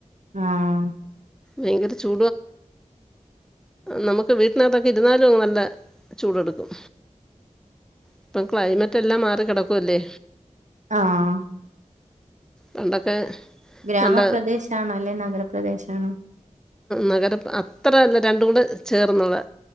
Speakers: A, on the right; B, in the centre.
A: ആഹ്
B: ഭയങ്കര ചൂ നമുക്ക് വീട്ടിനകത്തൊക്കെ ഇരുന്നാലും നല്ല ചൂടെടുക്കും ഇപ്പം ക്ലൈമറ്റ് എല്ലാം മാറി കെടക്കുവല്ലേ
A: ആഹ
B: പണ്ടൊക്കെ
A: ഗ്രാമപ്രദേശാണ്
B: നല്ല
A: അല്ലെ നഗരപ്രദേശ് ആണോ
B: നഗരം അത്രല്ല രണ്ടും കൂടെ ചേർന്നുള്ളെ